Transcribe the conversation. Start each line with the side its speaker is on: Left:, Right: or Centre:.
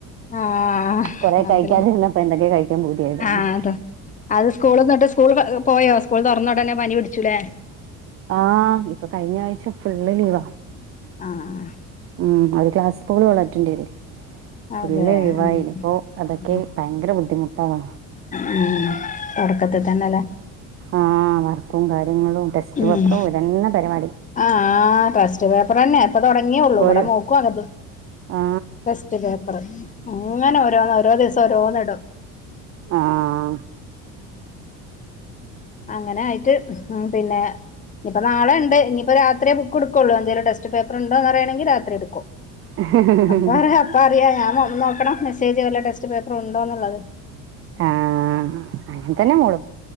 Left: ആ
Right: കുറേ
Left: അതല്ലേ
Right: കഴിക്കാതിരിന്നപ്പൊ എന്തൊക്കെ കഴിക്കാൻ പൂതിആയി തോന്ന്ണ്
Left: ആ അത അത് സ്കൂൾ ന്ന്ട്ട് സ്കൂള് പോയോ സ്കൂൾ തൊറന്നൊടന്നെ പനി പിടിച്ചൂലേ
Right: ആഹ് ഇപ്പൊ കഴിഞ്ഞ ആഴ്ച ഫുള്ള് ലീവാ
Left: ആഹ്
Right: ഉം ഒരുക്ലാസ് പോലും അവള് അറ്റൻഡ് ചെ ഫുള്ള്
Left: അതെ
Right: ലീവായി
Left: ഉം
Right: ഇനിപ്പോ അതൊക്കെ
Left: ഉം
Right: ഭയങ്കര ബുദ്ധിമുട്ടാണ്
Left: ഉം തൊടക്കത്ത് തന്നെലേ
Right: ആഹ് വർക്കും കാര്യങ്ങളും ടെസ്റ്റ്
Left: ഉം
Right: പേപ്പറും ഇതന്നെ പരിപാടി
Left: ആഹ് ടസ്റ്റ് പേപ്പർ തന്നെ ഇപ്പൊ തുടങ്ങിയള്ളൂ ഇവിടെ
Right: ഒരു
Left: മോക്കും അങ്ങ
Right: ആ
Left: ടെസ്റ്റ് പേപ്പറ് ങ്ങനെ ഓരോന്ന ഓരോ ദിവസം ഓരോന്ന് ഇടും
Right: ആഹ്
Left: ആഹ് അങ്ങനെ ആയിട്ട് ഉം പിന്നെ ഞ്ഞി ഇപ്പൊ നാളെ ഉണ്ട് ഇനിപ്പോ രാത്ര്യേ ബുക്ക്‌ ഇടുക്കുള്ളൂ എന്തേലും ടെസ്സ്റ്റ് പേപ്പറ് ഉണ്ടോന്ന് അറിയാണെങ്കി രാത്രി കൊ <inaudible>
Right: ഇഹി
Left: വേറെ അപ്പ അറിയാ ഞാൻ വ ന്നോക്കണം മെസ്സേജ് വല്ല ടെസ്റ്റ് പേപ്പർ ഉണ്ടോ എന്നുള്ളത്
Right: ആ അങ്ങെ തന്നെ മോളു